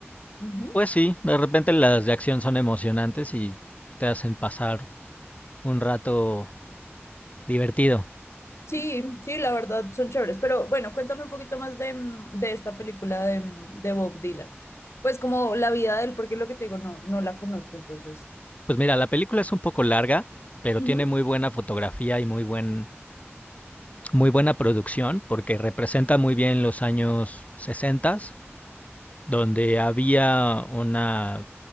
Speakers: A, on the left (about 75°); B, on the left (about 30°).
A: Ujú.
B: Pues sí, de repente las de acción son emocionantes y te hacen pasar un rato divertido.
A: Sí, sí, la verdad son chéveres, pero bueno, cuéntame un poquito más de, mm, de esta película de, mm, de Bob Dylan. Pues como la vida de él, porque lo que te digo, no, no la conozco, entonces.
B: Pues mira, la película es un poco larga, pero
A: Ujú.
B: tiene muy buena fotografía y muy buen muy buena producción porque representa muy bien los años 60, donde había una,